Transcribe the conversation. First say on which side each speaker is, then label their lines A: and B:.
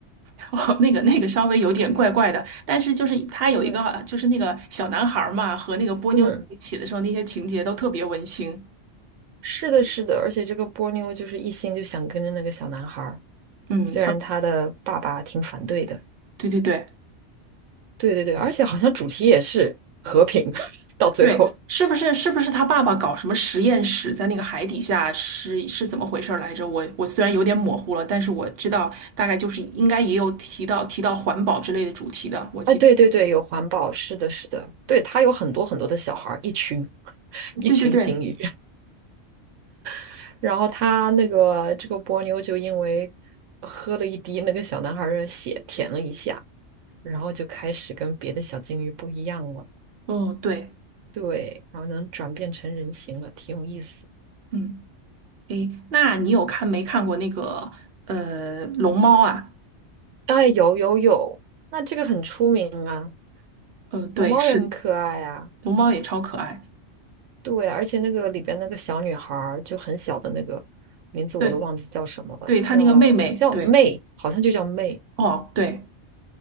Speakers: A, on the right (about 60°); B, on the right (about 85°).
A: <laughs> 哦，那个那个稍微有点怪怪的，但是就是他有一个就是那个小男孩儿嘛，
B: 对，
A: 和那个波妞在一起的时候，
B: 嗯，
A: 那些情节都特别温馨。
B: 是的，是的，而且这个波妞就是一心就想跟着那个小男孩儿，
A: 嗯，
B: 虽然他的爸爸挺反对的。
A: 他对对对
B: 对对对，而且好像主题也是和平，<laughs> 到最后，
A: 对，是不是是不是他爸爸搞什么实验室在那个海底下是是怎么回事儿来着？我我虽然有点模糊了，但是我知道大概就是应该也有提到提到环保之类的主题的，我记得。
B: 哎，对对对，有环保，是的，是的，对，它有很多很多的小孩儿，一群 <laughs> 一群鲸鱼，
A: 对对对，
B: <laughs> 然后他那个这个波妞就因为喝了一滴那个小男孩儿的血，舔了一下，然后就开始跟别的小鲸鱼不一样了，
A: 哦对，
B: 对，然后能转变成人形了，挺有意思。
A: 嗯，诶，那你有看没看过那个呃龙猫啊？
B: 哎，有有有，那这个很出名啊，
A: 嗯，对，
B: 龙猫也很可爱啊。
A: 是龙猫也超可爱，
B: 对，而且那个里边那个小女孩儿就很小的那个名字我都忘记叫什么了，
A: 对对，
B: 叫叫
A: 它那个妹妹，对，
B: m 好像就叫 m
A: 哦，对